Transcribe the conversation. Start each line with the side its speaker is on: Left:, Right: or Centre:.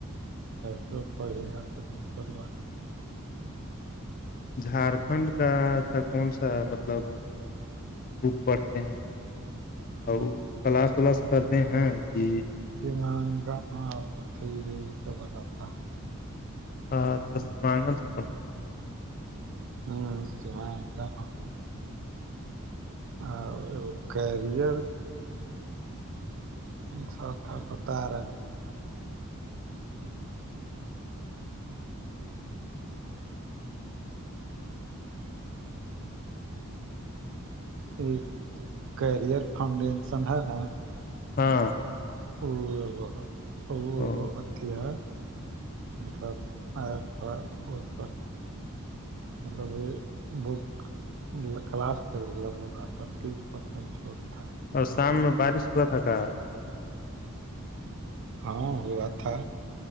Right: سو پڑے گا سے دوسر بات
Left: جھارکھنڈ کا اچھا کون سا مطلب بک پڑھتے ہیں اور کلاس ولاس کرتے ہیں کہ
Right: مہنگا یہ س بگاتا
Left: اچھا سیمانگن سے پڑھتے ہیں
Right: ہوں گ ہو اور ایگ کیریئر سھا پتا رہا
Left: بھی
Right: ایک کیریئر فاؤنڈیشن ہے نا
Left: ہاں
Right: ا اب ا اب
Left: او
Right: اتی ہے مطلب آ پ ا پر مطلب یہ بک مطلب کلاس کر کے ل ہو رہا تھا تیس پرسینٹ چھوٹ تھا
Left: اور شام میں بارش ہوا تھا کا
Right: ہاں ہوا تھا